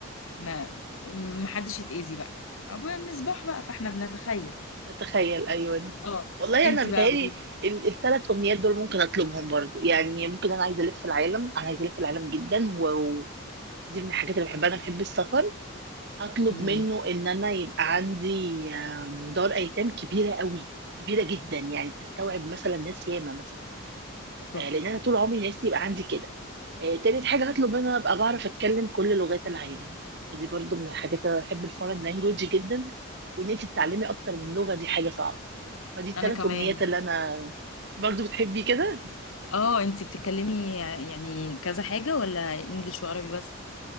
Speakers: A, on the left; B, on the right.
A: ما ما حدش يتأذي بقى عبوة المصباح بقى فاحنا بنتخيل
B: نتخيل أيوه
A: اه
B: والله
A: انت
B: أنا بيتهيألي
A: بقى قولي لي
B: الثلاث أمنيات دول ممكن أطلبهم برضو يعني ممكن أنا عايزة ألف العالم أنا عايزة ألف العالم جدا و... دي من الحاجات اللي باحبها، أنا باحب السفر، هاطلب
A: امم
B: منه إن أنا يبقى عندي آمم، دار أيتام كبيرة أوي، كبيرة جدًا، يعني تستوعب مثلًا ناس ياما مثلًا،
A: تحفة
B: آآ، لإن أنا طول عمري نفسي يبقى عندي كده، آآ، تالت حاجة هاطلب منه إن أنا أبقى باعرف أتكلم كل لغات العالم، ودي برضه من الحاجات أنا باحب الforeign language جدًا، وإن أنتِ تتعلمي أكتر من لغة دي حاجة صعبة، فدي
A: انا
B: ال3
A: كمان
B: أمنيات اللي أنا برضه بتحبي كده؟
A: اه انت بتتكلمي يعني كذا حاجة ولا انجليش وعربي بس